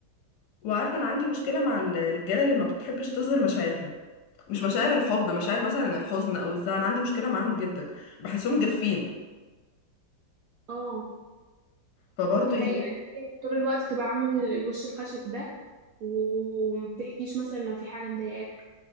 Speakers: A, on the left; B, on the right.
A: <laughs> وعارفه انا عندي مشكله مع الرجاله اللي ما بتحبش تظهر مشاعرها مش مشاعر الحب مشاعر مثلا الحزن او الزعل عندي مشكله معاهم جدا بحسهم جافين
B: اه
A: فبرضه
B: دي حقيقة
A: يهمني
B: ليه طول الوقت تبقى عامل الوش الخشب ده ومبتحكيش مثلا لو في حاجة مضايقاك